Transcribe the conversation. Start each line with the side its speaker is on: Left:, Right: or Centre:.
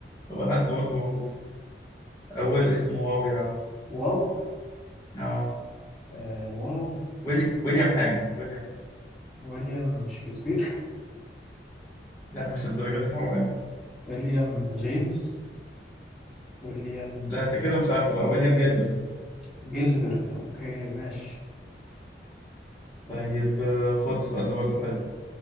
Left: هو حد برضه معروف أول اسمه واو يا عم
Centre: واو
Left: آه
Centre: آه واو
Left: ويلي... ويليام حاجة ويليام حاجة
Centre: ويليام شكسبير
Left: لا مش الدرجة دي حرام عليك
Centre: ويليام جيمس ويليام
Left: لا أنت كده مش عارفه بقى ويليام جيلبرت
Centre: جيلبرت اوكي ماشي
Left: طيب آه، خد السؤال ده برضه حلو